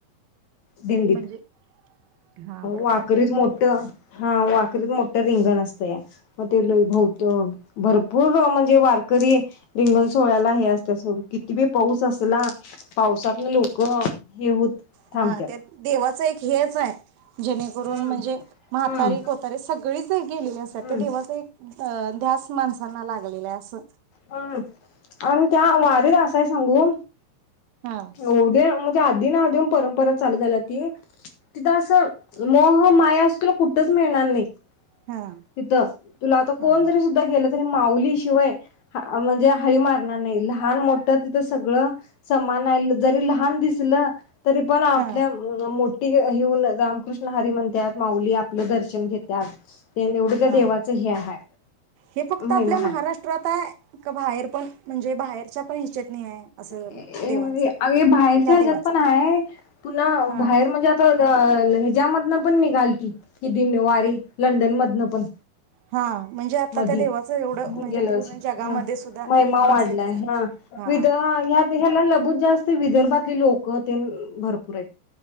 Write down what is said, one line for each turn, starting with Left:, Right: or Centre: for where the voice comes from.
Left: दिंडीत
Right: म्हणजे हा बरोबर
Left: वाकरीत
Right: आहे
Left: मोठ हा वाकरीत मोठ रिंगण असतंया. म ते लय भवत..... भरपूर म्हणजे वारकरी रिंगन सोहळ्याला हे असत्या सोड कितीबी पाऊस असला पावसातन लोक हे होत थांबत्यात
Right: हा त्यात देवाचं एक हेच हाय.... जेणेकरून
Left: हम्म
Right: म्हणजे म्हातारी
Left: हम्म
Right: कोतारीे सगळीच हाई गेलेले असत्यात
Left: हम्म
Right: ते देवाच एक ध्यास माणसांना लागलेलंय असं
Left: हम आण त्या वारीत असाय सांगू
Right: हा
Left: एवढ्या त्या आधीन आधम परंपरा चालू झाल्याती तिथं असं मोह माया अस तुला कुठच मिळणार नाही.
Right: हा
Left: तिथ तुला आता
Right: हा
Left: कोण जरी सुद्धा गेल तरी माऊली शिवाय म्हणजे हळी मारणार नाही, लहान, मोठ तिथं सगळं समान हाय जरी लहान दिस फुलं तरी पण आपल्या
Right: हा
Left: मो ती हिऊन रामकृष्ण हरी म्हणत्यात माऊली आपलं दर्शन घेत्यात. तेन एवढं त्या
Right: हा
Left: देवाचं हे हाय
Right: हे फक्त
Left: महिमा
Right: आपल्या महाराष्ट्रात
Left: हाय
Right: आहे का बाहेर पण म्हणजे बाहेरच्या पण हिच्यात नाही आहे असं
Left: ए
Right: देवांचं
Left: अग ए बाहेरच्या
Right: ह्या
Left: ह्याच्यात
Right: देवाचं
Left: पण हाय पुन्हा
Right: हा
Left: बाहेर म्हणजे आता याच्यामधन पण निघालती ही वारी लंडन मधून.. लपण
Right: हा म्हणजे आता
Left: मधी
Right: त्या देवाचं एवढं म्हणजे
Left: गेलं
Right: पूर्ण जगामध्ये
Left: हा
Right: सुद्धा
Left: महिमा
Right: प्रसिद्ध
Left: वाढलाय
Right: झाले
Left: हा
Right: हा
Left: विध ह्या ह्याला लभूत जास् ते विदर्भातले लोक तेन भरपूर आहेत..